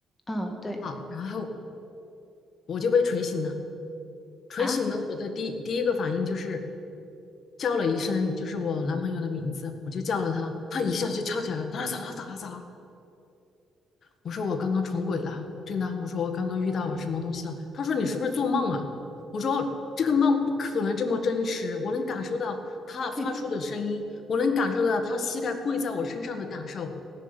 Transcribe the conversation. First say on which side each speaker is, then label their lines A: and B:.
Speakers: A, on the left; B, on the left.
A: 啊对
B: 好，然后我就被捶醒了，捶醒了，
A: 啊
B: 我的第第一个反应就是叫了一声，就是我男朋友的名字，我就叫了他，他一下就跳起来了，他说咋了咋了咋了，我说我刚刚重鬼了，真的。我说我刚刚遇到什么东西了。他说你是不是做梦啊？我说这个梦不可能这么真实，我能感受到他发出的声音，
A: 对，
B: 我能感受到他膝盖跪在我身上的感受，